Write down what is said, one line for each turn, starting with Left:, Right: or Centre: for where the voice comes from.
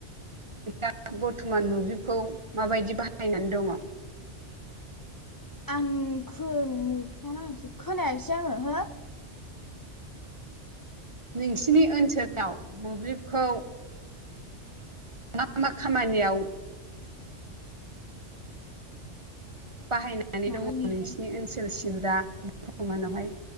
Right: दा बर्थमान मोब्लिबखौ माबायदि बाहायनानै दंङो
Left: <unintelligible> खोनायासै आंङो हो
Right: नोंसिनि ओनसोलाव मोब्लिबखौ मा मा खामानियाव बाहायनानै
Left: माबा
Right: दंङो
Left: नेदानो
Right: नोंसिनि ओनसोलसिम दा बरथमानावहाय